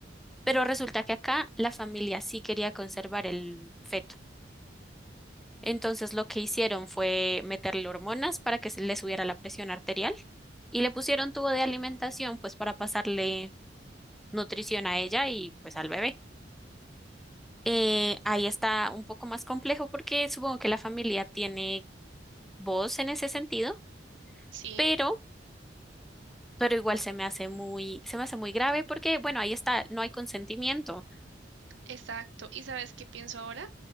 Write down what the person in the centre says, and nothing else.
pero resulta que acá la familia sí quería conservar el feto. Entonces lo que hicieron fue meterle hormonas para que se le subiera la presión arterial y le pusieron tubo de alimentación pues para pasarle nutrición a ella y pues al bebé. Eh, ahí está un poco más complejo porque supongo que la familia tiene vos en ese sentido,
pero, pero igual se me hace muy, se me hace muy grave porque, bueno, ahí está, no hay consentimiento,